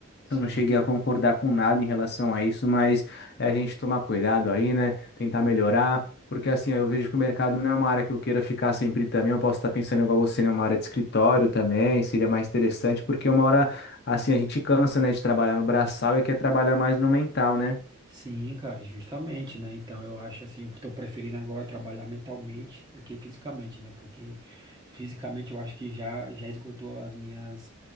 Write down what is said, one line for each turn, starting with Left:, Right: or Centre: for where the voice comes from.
Right: Sim.
Left: eu não cheguei a concordar com nada em relação a isso, mas é a gente tomar cuidado aí, né? Tentar melhorar, porque assim, eu vejo que o mercado não é uma área que eu queira ficar sempre também. Eu posso estar pensando igual você, né? Uma área de escritório também, seria mais interessante, porque uma hora, assim, a gente cansa, né, de trabalhar no braçal e quer trabalhar mais no mental, né?
Right: Sim, cara, justamente, né? Então eu acho assim, eu tô preferindo agora trabalhar mentalmente do que fisicamente, né? Porque fisicamente eu acho que já já esgotou as minhas